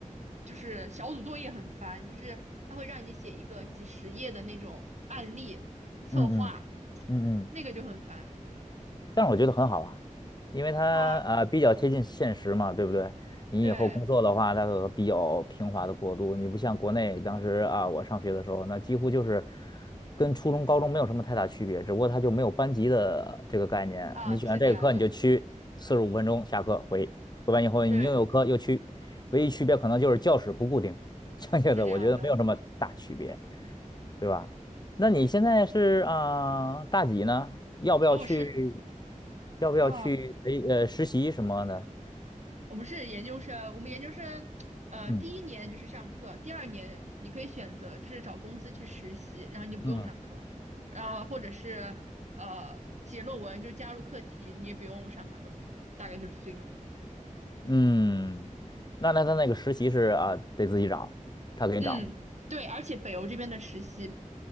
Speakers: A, on the right; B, on the left.
A: 就是小组作业很烦，就是它会让你写一个几十页的那种案例策划，
B: 嗯嗯嗯嗯，
A: 那个就很烦
B: 但是我觉得很好啊，因为它呃比较贴近现实嘛，
A: 啊。
B: 对不对？你以后工作的话，
A: 对
B: 它和比较平滑的过渡，你不像国内当时啊，我上学的时候，那几乎就是跟初中、高中没有什么太大区别，只不过它就没有班级的这个概念。
A: 啊，
B: 你选这个课你就去四十五分钟下课回，
A: 是这样的，
B: 回完以后你又有课又去，
A: 对，
B: 唯一区别可能就是教室不固定，剩下的我觉得没有什么大区别。
A: 是这样的，
B: 对吧？那你现在是啊、
A: 对。
B: 呃大几呢？要不要去？
A: 哦，是
B: 要不要去培呃实习什么的？
A: 啊，我们是研究生，我们研究生，呃，
B: 嗯
A: 第一年就是上课，第二年你可以选择就是找公司去实习，然后你就不用上课，
B: 嗯
A: 然后或者是呃写论文，就是加入课题，你也不用上课，大概就是这种。
B: 嗯，那那他那个实习是啊、得自己找，他给你找吗？
A: 嗯，对，而且北欧这边的实习